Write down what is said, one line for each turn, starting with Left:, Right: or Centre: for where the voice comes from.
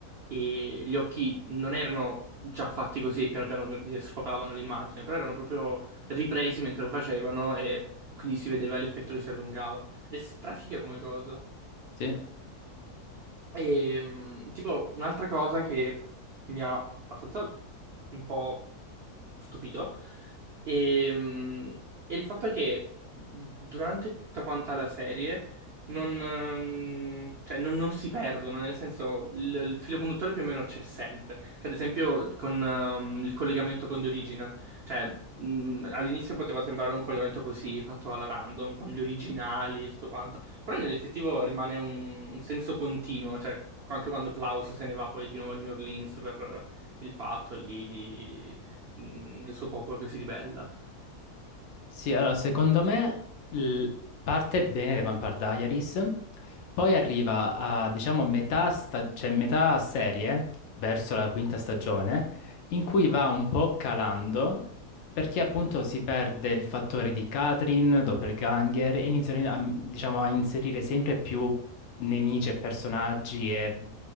Right: e gli occhi non erano già fatti così, piano piano per dire sfocavano l'immagine, però erano proprio ripresi mentre lo facevano e quindi si vedeva l'effetto che si allungava. Ed è strafiga come cosa.
Left: Sì.
Right: E mh, tipo un'altra cosa che mi ha abbastanza un po' stupito. E, mm, e il fatto è che durante tutta quanta la serie non, ehm, cioè, non- non si perdono, nel senso il, il filo conduttore più o meno c'è sempre. Cioè, ad esempio con ehm, il collegamento con The Original, cioè mm, all'inizio poteva sembrare un collegamento così fatto alla random, con gli originali e tutto quanto, però nell'effettivo rimane un, un senso continuo, cioè anche quando Klaus se ne va poi di nuovo a New Orleans per il fatto lì di mh, del suo popolo che si ribella.
Left: Sì, allora, secondo me l- parte bene The Vampire Diaries, poi arriva a, diciamo, metà, sta- cioè, metà serie, verso la quinta stagione, in cui va un po' calando, perché appunto si perde il fattore di Katrin, doppelganger, e iniziano a, diciamo, a inserire sempre più nemici e personaggi e